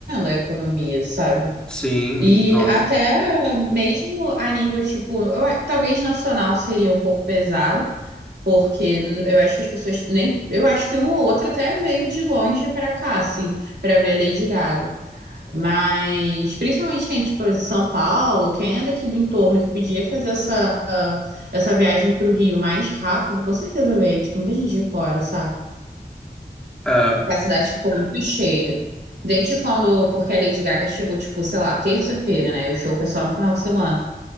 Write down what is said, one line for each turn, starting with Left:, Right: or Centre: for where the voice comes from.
Right: a economia, sabe?
Centre: Sim,
Right: E
Centre: nossa.
Right: até mesmo a nível, tipo, eu- talvez nacional seria um pouco pesado, Porque eu acho que as pessoas nem. Eu acho que um ou outro até veio de longe pra cá, assim, pra ver a Lady Gaga. Mas, principalmente quem, tipo, é de São Paulo, quem é daqui do entorno, que podia fazer essa, essa viagem pro Rio mais rápido, com certeza veio. Tipo, muita gente de fora, sabe?
Centre: É,
Right: A cidade ficou muito cheia. Desde quando. Porque a Lady Gaga chegou, tipo, sei lá, terça-feira, né? E O show foi só no final de semana.